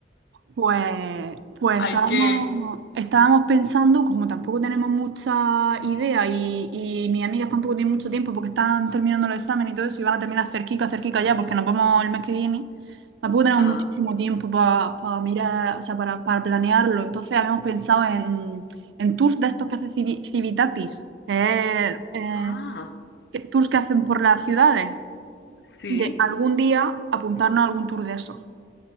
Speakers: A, on the right; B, on the left.
A: Pues, pues
B: Hay
A: estábamos,
B: que...
A: estábamos pensando, como tampoco tenemos mucha idea y, y mis amigas tampoco tienen mucho tiempo porque están terminando los exámenes y todo eso y van a terminar cerquita, cerquita ya porque nos vamos el mes que viene, tampoco tenemos
B: Ah,
A: muchísimo tiempo para mirar, o sea, para, para planearlo. Entonces habíamos pensado en, en tours de estos que hace Civi- Civitatis, que es, eh,
B: ah,
A: que- tours que hacen por las ciudades,
B: sí.
A: de algún día apuntarnos a algún tour de esos,